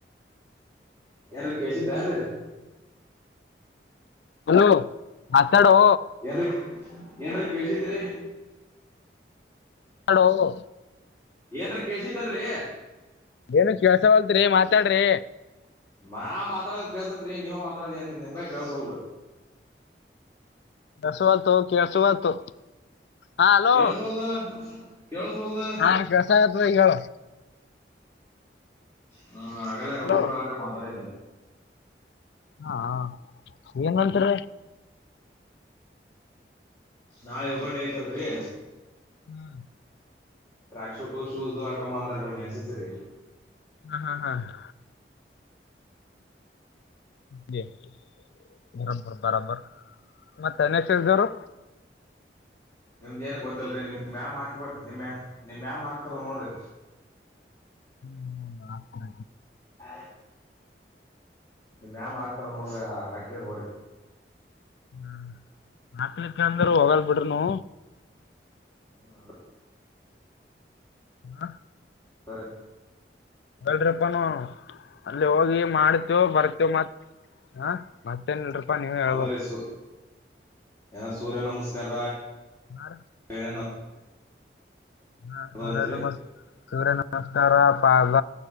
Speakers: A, on the left; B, on the left.
A: ಏಾರ ಕೇಳಸಿದ್ದೆನ್ರೀ.
B: ಹಲೋ. ಎಡೋ.
A: ಏನ್ರಿ ಏನ್ರ ಬೇಸಿದ್ರಿ.
B: ಹೋ.
A: ಏನ್ರೀ ಕಸಿ ತನ್ರರಿ.
B: ಏನು ಕೆಲಸವಲ್ತ್ರಿ ಮಾತಾಡ್ರಿ.
A: ನಾ ಮಾತಾಡದ ಕೇಸತ್ರಿ ನೀವ ಮಾತಾಡಿ ಏನ್ ನಿಮ್ಗ ಕೇಸೋಲ್ರಿ.
B: ಕೆಸತ್ತುು ಕೆಸವತ್ತುು ಹಾ ಹಲೋ
A: ಕೇಳಸ್ವಲ್ದ ಕೇಳಸ್ವಲ್ದ
B: ಹಾ ಕೆಸ ಆತ.
A: ಹ್ಮ ಹಾಗಲ್ಲ
B: ಹಲೋ
A: ಹೂಡ್ರ ಆಡ್ರಿ ಮಾತಾಡಿದ್ದೆ.
B: ಹಾ ಹೆಂಗಂತೀ.
A: ನಾಳೆ ಹೊಗಟೆ ಐತಲ್ರಿ.
B: ಹ್ಮ್.
A: ಟ್ರ್ಯಾಕ್ ಶೂಟು ಶೂಸು ಹಾಕಮ್ಮ ಅಂದಾರೆ ನಮ್ಗೆ ಎನ್ಸ ಸರಿ.
B: ಹ್ಮ ಹಾ್ ಹಾ. ನಿರ್ಮ ತರ ಬರಬರ್. ಮತ್ತೆ ಅನಕ್ಷಿದರು.
A: ನಿಮ್ದ್ ಏನು ಗೊತ್ತಲ್ರಿ ನಿಮ್ ಮ್ಯಾಮ ಹಾಕ್ಬೇಕ ನಿಮ ಮ್ಯ. ನಿಮ್ ಯಾಮ್ ಹಾಕ್ತಾರ ನೋಡ್ರಿ.
B: ಹ್ಮ್ ಹ ಆಗ್ತರ.
A: ಹ. ನಿಮ ಮ್ಯಾಮ್ ಹಾಕ್ತಾರ ನೋಡ್ರಿ ಹಾಕಿದ್ರ ಹೋರಿ.
B: ಹ್ಮ್ ನಾಕ್ಲಿಕ್ಕೆ ಅಂದ್ರ ಹೋಗಲ್ ಬಿಡ್ರಿನು.
A: ಹ್ಮ್ ಅ.
B: ಹಾ.
A: ಬ.
B: ್ರಪ್ಪಾನ ಅಲ್ಲಿ ಹೋಗಿ. ಮಾಡ್ತೇವ ಬರ್ತೇವ ಮತ್ ಹ ಮತ್ತೇನ್. ನೀವೇ ಹೇಳ್ಬೇಕು
A: ಅದರೆ ಸ್. ಏನ ಸೂರ್ಯ ನಮಸ್ಕಾರ.
B: ಹ
A: ಏನೇನ
B: ಹಾ
A: ಅದಾವಂತ್ರಿ
B: ಅವರ ನರ ನಸ್ತರ ಪಾಜ